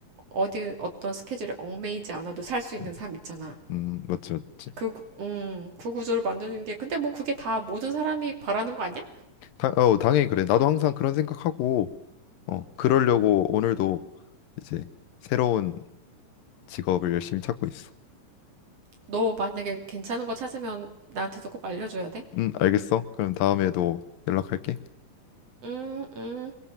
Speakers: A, on the right (about 45°); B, on the left (about 80°).
A: 어디 어떤 스케줄에 얽매이지 않아도 살 수 있는
B: 음,
A: 삶 있잖아.
B: 음, 맞지, 맞지.
A: 그, 구- 음, 그 구조를 만드는 게, 근데 뭐 그게 다 모든 사람이 바라는 거 아니야?
B: 다, 어, 당연히 그래. 나도 항상 그런 생각하고, 어, 그러려고 오늘도 이제 새로운 직업을 열심히 찾고 있어.
A: 너 만약에 괜찮은 거 찾으면 나한테도 꼭 알려줘야 돼?
B: 음, 알겠어. 그럼 다음에도 연락할게.
A: 음, 음.